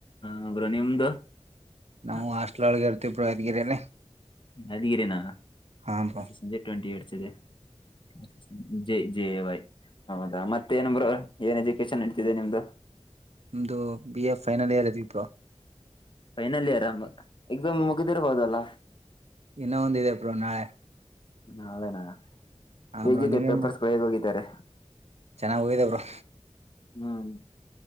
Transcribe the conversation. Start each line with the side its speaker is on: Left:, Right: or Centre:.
Left: ಹೂ ಬ್ರೋ ನಿಮ್ದು
Right: ನಾವು
Left: <unintelligible>
Right: ಹಾಸ್ಟೆಲ್ ಒಳಗೆ ಇರ್ತೀವಿ ಬ್ರೋ ಯಾದಗಿರಿಯಲ್ಲಿ
Left: ಯಾದಗಿರನಾ
Right: ಹಾ ಬ್ರೋ
Left: ಸಂಜೆ ಟ್ವೆಂಟಿ ಏ <unintelligible> ಜೈ ಜೈ ಬಾಯ್ ಹೌದಾ ಮತ್ತೇನ ಏನ್ ಬ್ರೋ ಏನ್ ಎಜುಕೇಶನ್ ನಡಿತಿದೆ ನಿಮ್ದು
Right: ನಮ್ದು ಬಿ ಎ ಫೈನಲ್ ಇಯರ್ ಅದಿ <unintelligible> ಬ್ರೋ
Left: ಫೈನಲ್ ಇಯರ್ ಎಕ್ಸಾಮ್ ಮುಗ್ದಿರ್ಬೋದಲ್ಲ
Right: ಇನ್ನ ಒಂದಿದೆ ಬ್ರೋ ನಾಳೆ
Left: ನಾಳೆನ
Right: ಹಾ
Left: ಹೇಗಿದೆ
Right: ಬ್ರೋ ನೀವೇನ್
Left: ಪೇಪರ್ಸ್ಗಳು
Right: ಮಾಡ್
Left: ಹೇಗ್ ಹೋಗಿದ್ದಾರೆ
Right: ಚೆನ್ನಾಗ್ ಹೋಗಿದ್ದ ಬ್ರೋ
Left: ಹ್ಮ್